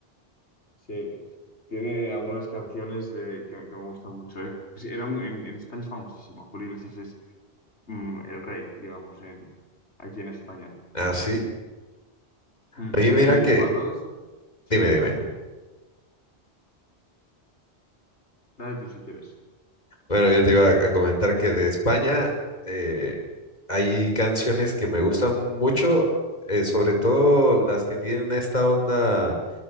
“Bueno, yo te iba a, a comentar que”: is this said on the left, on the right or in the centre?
Left